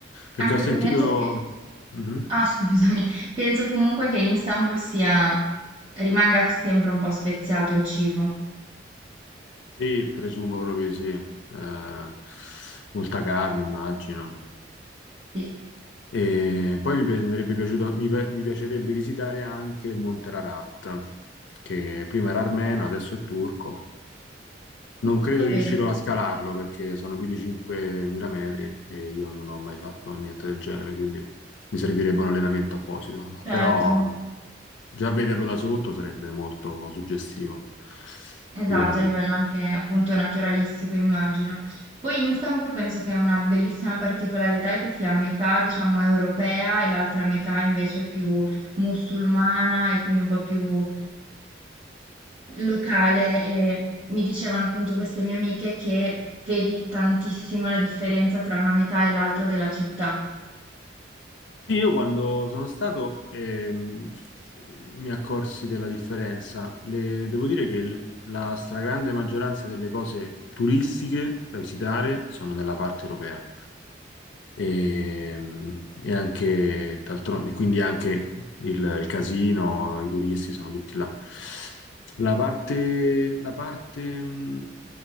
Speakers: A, on the left; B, on the right.
A: Perché
B: Anche
A: ho sentito...
B: se penso che
A: Mhm.
B: Ah, scusami, <laughs> penso comunque che in Istanbul sia... rimanga sempre un po' speziato il cibo.
A: Sì, presumo proprio di sì. Eh, molta carne, immagino.
B: Sì,
A: E poi mi, pi- mi sarebbe piaciuto- mi pi- mi piacerebbe visitare anche il Monte Ararat, che prima era armeno, adesso è turco. Non
B: Lo
A: credo
B: sapevo,
A: riuscirò a scalarlo perché sono più di 5.000 metri e io non ho mai fatto niente del genere, quindi mi servirebbe un allenamento apposito.
B: certo,
A: Però già vederlo da sotto sarebbe molto suggestivo,
B: esatto,
A: sicuramente.
B: a livello anche appunto naturalistico, immagino. Poi Istanbul penso che è una bellissima particolarità è che sia metà, diciamo, europea e l'altra metà invece più musulmana e quindi un po' più locale e mi dicevano appunto queste mie amiche che vedi tantissimo la differenza tra una metà e l'altra della città.
A: Sì, io quando sono stato ehm, mi accorsi della differenza. Le- devo dire che l- la stragrande maggioranza delle cose turistiche da visitare sono nella parte europea. Ehm, E, anche d'altronde, quindi anche il, il casino, i turisti sono tutti là. La parte, la parte mh,